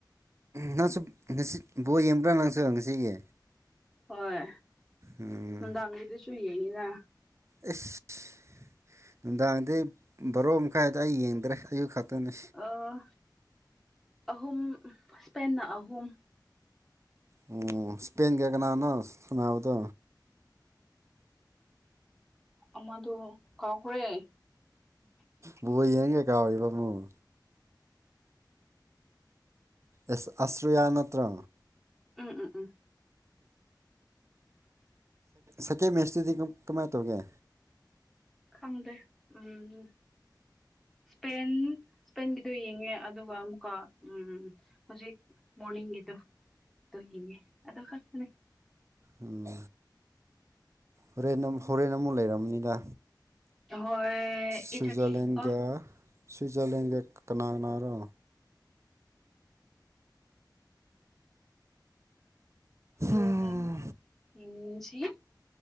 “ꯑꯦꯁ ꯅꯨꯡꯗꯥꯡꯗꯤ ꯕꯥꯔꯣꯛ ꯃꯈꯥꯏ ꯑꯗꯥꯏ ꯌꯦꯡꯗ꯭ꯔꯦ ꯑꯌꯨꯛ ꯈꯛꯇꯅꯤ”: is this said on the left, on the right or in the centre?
Right